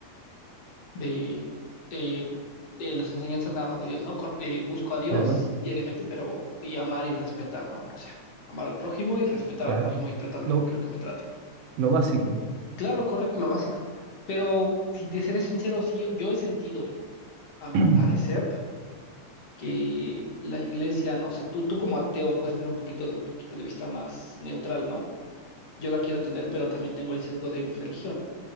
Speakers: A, on the left; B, on the right.
A: de eh, eh, las enseñanzas nada más de Dios, ¿no? Con- eh, busco a Dios
B: Claro,
A: diariamente, pero y amar y respetar, ¿no? O sea, amar al prójimo y respetar
B: claro.
A: al prójimo y tratarlo
B: Lo,
A: como quiero que me traten.
B: lo básico.
A: Claro, correcto, lo básico. Pero si te seré sincero, sí, yo he sentido, a mi
B: <clears throat>
A: parecer, que la iglesia, no sé, tú, tú como ateo puedes tener un poquito de un poquito de vista más neutral, ¿no? Yo la quiero tener, pero también tengo el sesgo de mi religión.